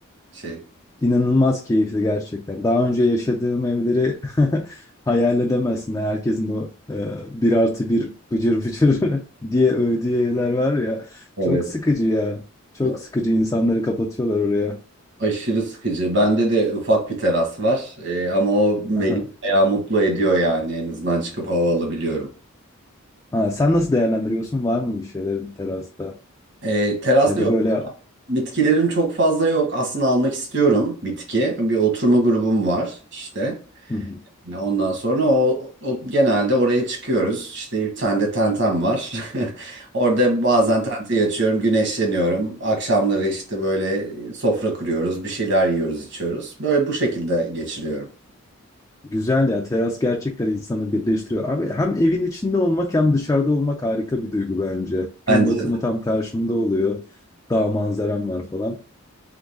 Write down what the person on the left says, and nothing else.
inanılmaz keyifli gerçekten. Daha önce yaşadığım evleri <laughs> hayal edemezsin. Herkesin o e, bir artı bir bıcır bıcır <laughs> diye övdüğü evler var ya.
Çok sıkıcı ya. Çok
sıkıcı. İnsanları kapatıyorlar oraya.
Aha.
Ha, sen nasıl değerlendiriyorsun? Var mı bir şeylerin terasta?
Ya da
böyle...
Hı hı.
Güzel ya teras gerçekten insanı birleştiriyor. Abi hem evin içinde olmak hem dışarıda olmak harika bir duygu bence. Gün
batımı
tam karşımda oluyor. Dağ manzaram var falan.